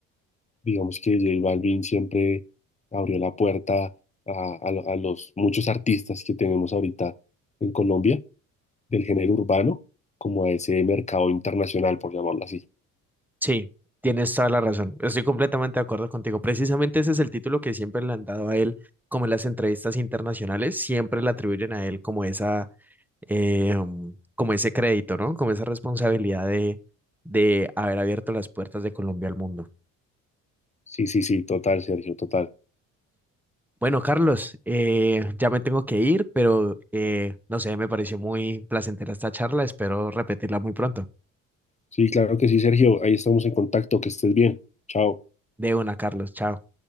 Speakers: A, on the left; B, in the centre.
A: digamos que J Balvin siempre abrió la puerta a, a lo- a los muchos artistas que tenemos ahorita en Colombia, del género urbano, como a ese mercado internacional, por llamarlo así.
B: Sí, tienes toda la razón. Estoy completamente de acuerdo contigo. Precisamente ese es el título que siempre le han dado a él, como en las entrevistas internacionales, siempre le atribuyen a él como esa, eh, um, como ese crédito, ¿no? Como esa responsabilidad de, de haber abierto las puertas de Colombia al mundo.
A: Sí, sí, sí, total, Sergio, total.
B: Bueno, Carlos, eh, ya me tengo que ir, pero eh, no sé, me pareció muy placentera esta charla. Espero repetirla muy pronto.
A: Sí, claro que sí, Sergio, ahí estamos en contacto, que estés bien. Chao.
B: De una, Carlos. Chao.